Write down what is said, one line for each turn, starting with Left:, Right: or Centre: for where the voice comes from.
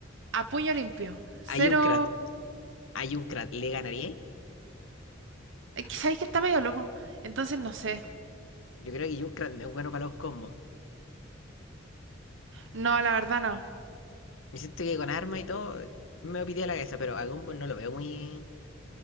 Right: a puño limpio. Cero.
Left: Hay un Krat, hay un Krat, ¿le ganaría? ahí?
Right: Es que sabéis que está medio loco. Entonces no sé.
Left: Yo creo que Junkrat no es bueno para los combos.
Right: No, la verdad no.
Left: Me siento que con armas y todo me pide la cabeza, pero a Gumball no lo veo muy,